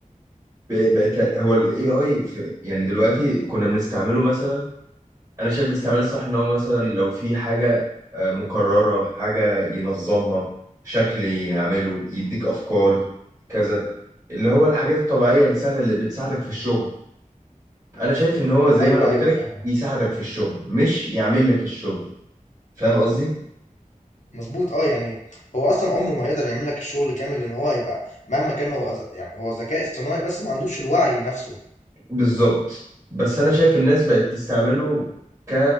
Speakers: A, on the right (about 20°); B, on the left (about 60°).
A: بق- بقت هو ال AI في يعني دلوقتي كنا بنستعمله مثلا أنا شايف الاستعمال الصح إن هو مثلا لو في حاجة آه مكررة حاجة ينظمها شكل يعمله يديك أفكار كذا اللي هو الحاجات الطبيعية السهلة اللي بتساعدك في الشغل انا شايف ان هو زي
B: ايوه
A: ما انا قلت
B: ايوه
A: لك
B: فاهمك
A: يساعدك في الشغل مش يعمل لك الشغل فاهم قصدي
B: مظبوط اه يعني هو اصلا عمره ما هيقدر يعمل لك الشغل كامل لان هو هيبقى مهما كان هو ذ- يعني هو ذكاء اصطناعي بس ما عندوش الوعي نفسه
A: بالظبط بس انا شايف الناس بقت تستعمله ك